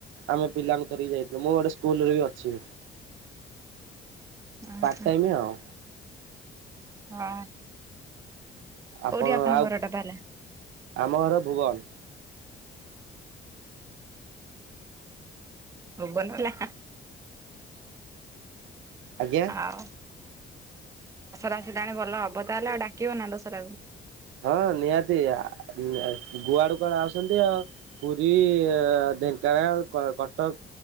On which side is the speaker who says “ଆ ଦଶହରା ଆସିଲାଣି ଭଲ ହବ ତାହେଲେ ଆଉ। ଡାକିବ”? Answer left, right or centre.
Right